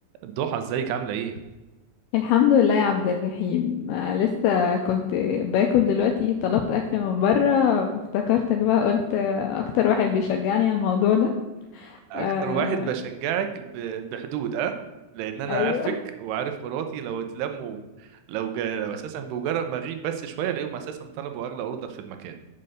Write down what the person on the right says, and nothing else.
ضحى ازيك عامله ايه
اكتر
واحد بشجعك ب... بحدود اه لان انا
عارفك وعارف مراتي لو اتلموا لو, جا... لو اساسا بمجرد ما اغيب بس شويه الاقيهم اساسا طلبوا اغلى اوردر في المكان